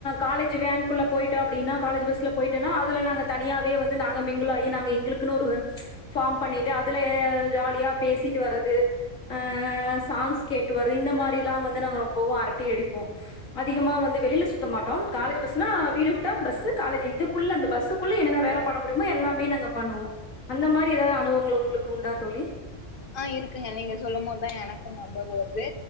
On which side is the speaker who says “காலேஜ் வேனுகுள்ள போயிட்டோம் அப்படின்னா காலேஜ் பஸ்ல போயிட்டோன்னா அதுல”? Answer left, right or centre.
Left